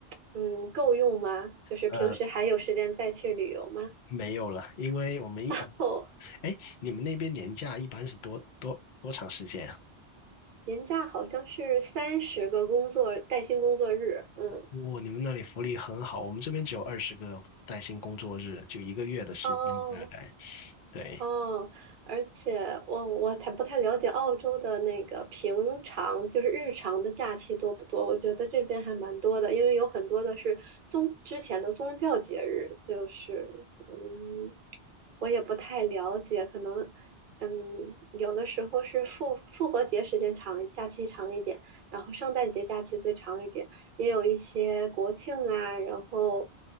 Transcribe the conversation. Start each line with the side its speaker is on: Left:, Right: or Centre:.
Right: 嗯够用吗？就是平时还有时间再去旅游吗？
Left: 呃，没有了，因为我们一，
Right: <laughs> 哦
Left: 哎，你们那边年假一般是多多多长时间啊？
Right: 年假好像是三十个工作带薪工作日，嗯，
Left: 哇，你们那里福利很好，我们这边只有二十个带薪工作日，就一个月的时间大概。
Right: 哦，
Left: 对，
Right: 哦，而且我我太不太了解澳洲的那个平常就是日常的假期多不多？我觉得这边还蛮多的，因为有很多的是宗之前的宗教节日，就是嗯，我也不太了解，可能嗯有的时候是复复活节时间长，假期长一点，然后圣诞节假期最长一点，也有一些国庆啊，然后